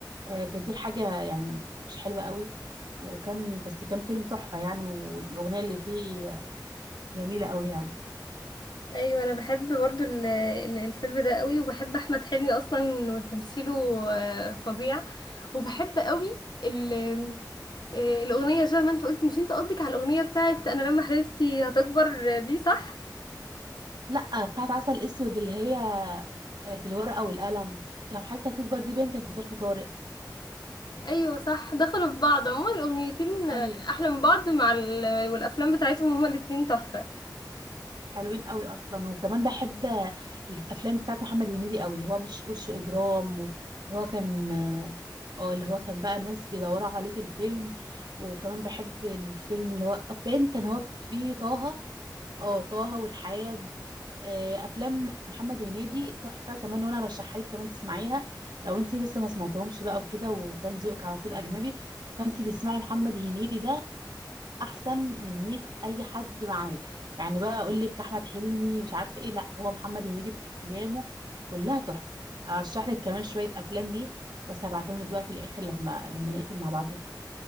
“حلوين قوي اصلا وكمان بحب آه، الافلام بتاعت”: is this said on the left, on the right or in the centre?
Right